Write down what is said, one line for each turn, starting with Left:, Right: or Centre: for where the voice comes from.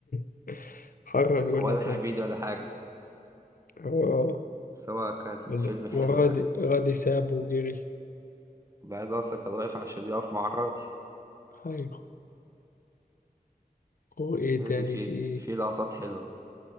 Left: <laughs> حرم يقولها
Right: ولا
Left: تاني
Right: حبيبي ولا حاجة
Left: هو
Right: بس هو كان
Left: ولا-
Right: فيلم حلو
Left: وراضي
Right: يعني
Left: راضي سابه وجري
Right: بعد اصلا كان واقف عشان يقف مع الراجل
Left: هاي هو إيه
Right: فيلم
Left: تاني
Right: فيه
Left: في إيه
Right: فيه لقطات حلوة